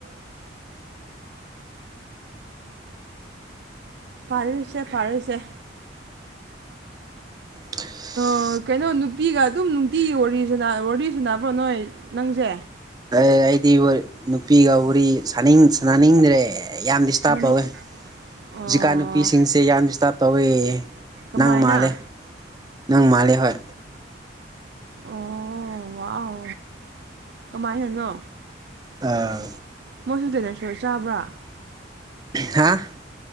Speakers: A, on the right; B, on the right.
A: ꯄꯥꯔꯦꯁꯦ ꯐꯥꯔꯦꯁꯦ
B: <unintelligible>
A: ꯑꯣ ꯀꯩꯅꯣ ꯅꯨꯄꯤꯒ ꯑꯗꯨꯝ ꯅꯨꯡꯇꯤꯒꯤ ꯋꯥꯔꯤꯁꯅ ꯋꯥꯔꯤ ꯁꯟꯅꯕ꯭ꯔꯣ ꯅꯣꯏ ꯅꯪꯁꯦ
B: ꯑꯦ ꯑꯩꯗꯤ ꯋ꯭ꯔ ꯅꯨꯄꯤꯒ ꯋꯥꯔꯤꯁꯥꯅꯤꯡ ꯁꯥꯟꯅꯅꯤꯡꯗ꯭ꯔꯦ ꯌꯥꯝ ꯗꯤꯁꯇꯥꯔꯕ
A: ꯅꯪ
B: ꯇꯧꯋꯦ
A: ꯑꯣ
B: ꯖꯤꯛꯀꯥꯟ ꯅꯨꯄꯤꯁꯤꯡꯁꯦ ꯌꯥꯝ ꯗꯤꯁꯇꯥꯔꯕ ꯇꯧꯋꯦ
A: ꯀꯃꯥꯏꯅ
B: ꯅꯪ ꯃꯥꯜꯂꯦ ꯅꯪ ꯃꯥꯜꯂꯦ ꯍꯣꯏ
A: ꯑꯣ ꯋꯥꯎ ꯀꯃꯥꯏꯅꯅꯣ
B: ꯑꯥ
A: ꯃꯣꯏꯁꯨ ꯗꯦꯅꯔ ꯁꯣꯏ ꯆꯥꯕ꯭ꯔ
B: ꯍꯥꯥ